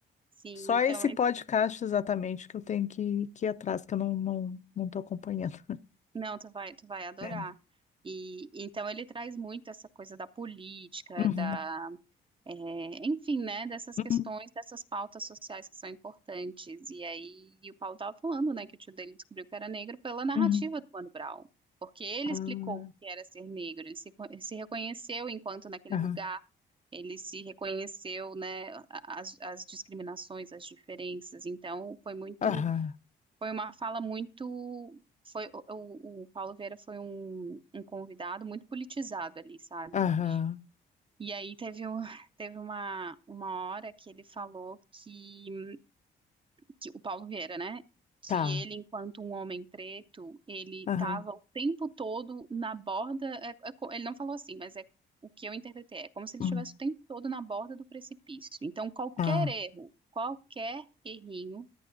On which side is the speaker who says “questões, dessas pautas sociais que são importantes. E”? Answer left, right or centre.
Right